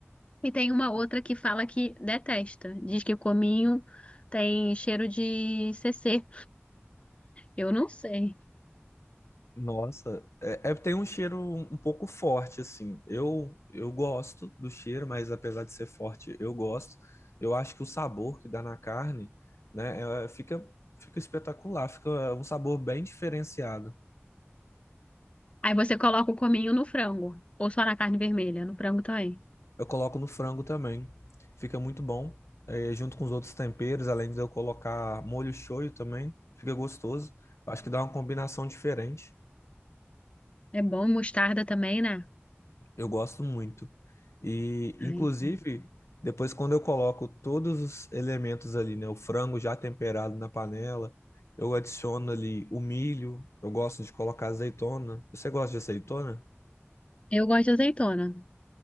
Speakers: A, on the left; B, on the left.
A: E tem uma outra que fala que detesta. Diz que o cominho tem cheiro de CC. Eu não sei.
B: Nossa, é, é- tem um cheiro um, um pouco forte assim. Eu eu gosto do cheiro, mas apesar de ser forte, eu gosto. Eu acho que o sabor que dá na carne, né, é- fica fica espetacular, fica um sabor bem diferenciado.
A: Aí você coloca o cominho no frango, ou só na carne vermelha, no frango também.
B: Eu coloco no frango também. Fica muito bom. É, junto com os outros temperos, além de eu colocar molho shoyu também, fica gostoso. Eu Acho que dá uma combinação diferente.
A: É bom, mostarda também, né?
B: Eu gosto muito. E, inclusive,
A: Ai,
B: depois quando eu coloco todos os elementos ali, né? O frango já temperado na panela, eu adiciono ali o milho, eu gosto de colocar azeitona. Você gosta de azeitona?
A: eu gosto de azeitona.